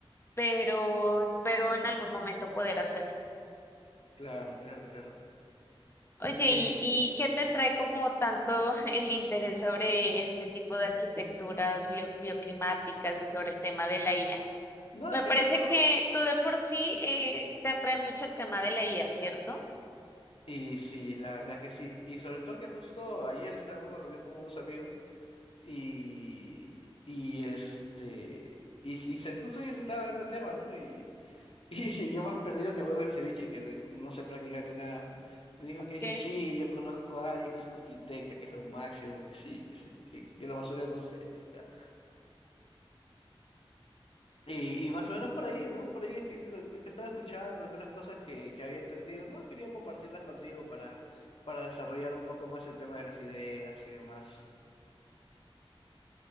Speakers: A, on the left (about 25°); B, on the left (about 70°).
A: pero espero en algún momento poder hacerlo.
B: Claro, claro, claro.
A: Oye,
B: Eh,
A: ¿y, y qué te trae como tanto <laughs> el interés sobre este tipo de arquitecturas bio- bioclimáticas y sobre el tema de la IA?
B: no,
A: Me
B: es que
A: parece
B: justo...
A: que tú de por sí eh, te atrae mucho el tema de la IA, ¿cierto?
B: Y sí, la verdad que sí. Y sobre todo que justo ayer estaba en una reunión con unos amigos. Y, y este, y, y se- justo ellos estaban hablando del tema, ¿no? Y, y <laughs> y yo más perdido que huevo en ceviche, que no sé prácticamente nada, ¿no? Le dijo que
A: Ok.
B: dije, sí, yo conozco a alguien que es un arquitecta, que es lo máximo, que sí, que, se- que, que, que lo basura de todos ustedes, dije, ya. Y, y más o menos por ahí, ¿no? Por ahí es que lo, lo que estaba escuchando, algunas cosas que, que había entendido, ¿no? Quería compartirlas contigo para, para desarrollar un poco más el tema de las ideas y demás.